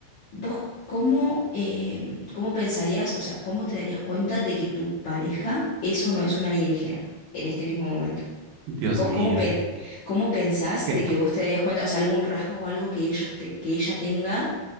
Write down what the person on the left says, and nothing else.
vos cómo, em, cómo pensarías, o sea, cómo te darías cuenta de que tu pareja eso no es un alienígena en este mismo momento?
¿Cómo,
cómo pen- cómo pensás
de
que vos te darías cuenta, o sea, algún rasgo o algo que ellos ten- que ella tenga